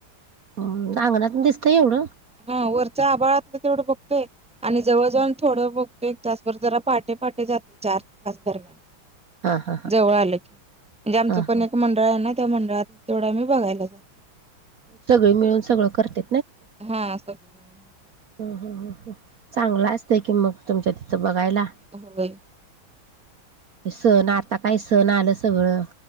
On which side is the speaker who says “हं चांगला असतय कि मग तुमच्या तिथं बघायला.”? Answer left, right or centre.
Right